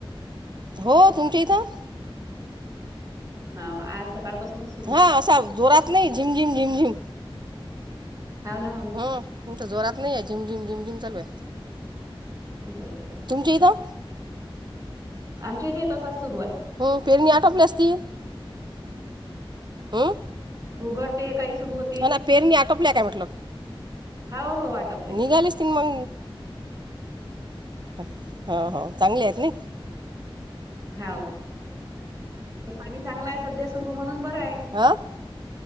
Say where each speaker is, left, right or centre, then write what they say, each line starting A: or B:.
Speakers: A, on the right; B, on the right.
A: हो. तुमच्या इथं?
B: ह आज सकाळ पासूनच सुरू आहे.
A: हां असा जोरात नाही झिमझिम झिमझिम
B: हो ना हो ना
A: हम तर जोरात नाही आहे झिम झिम झिम झिम चालू आहे
B: क करच्या
A: तुमच्या
B: <unintelligible>
A: इथं
B: आमच्या इथे तसाच सुरू आहे.
A: हम्म फेरणी आटोपले असती हम्म.
B: उघड ते काही सुरू हो
A: ह ना पेरणी आटोपल्या काय म्हटलं
B: हो हो वाट
A: निघालेस ती मग हो हो चांगले आहेत ना
B: हा हे पाणी चांगलं आहे सध्या सुरू म्हणून बरं आहे
A: आ